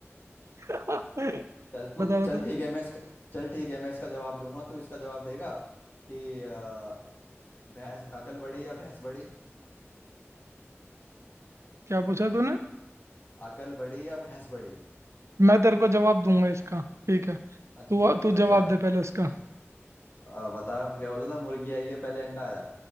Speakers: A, on the right (about 75°); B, on the left (about 45°).
A: <laughs>
B: चल तू
A: बता बता
B: चल ठीक है मैं इसका चल ठीक है मैं इसका जवाब दूंगा तो इसका जवाब देगा कि अ, भैंस अकल बड़ी या भैंस बड़ी
A: क्या पूछा तूने
B: अकल बड़ी या भैंस बड़ी
A: मैं तेरे को जवाब दूंगा इसका ठीक है
B: अच्छा
A: तू तू
B: अच्छा
A: जवाब दे पहले उसका
B: अ, बता क्या बोला था मुर्गी आई है पहले अंडा आया